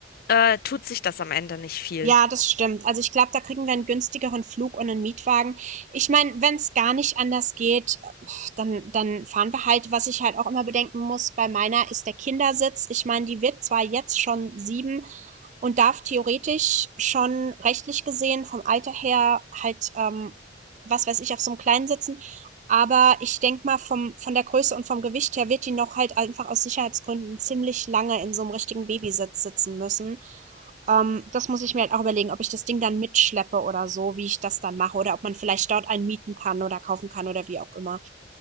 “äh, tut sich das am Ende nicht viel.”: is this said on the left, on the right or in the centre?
Left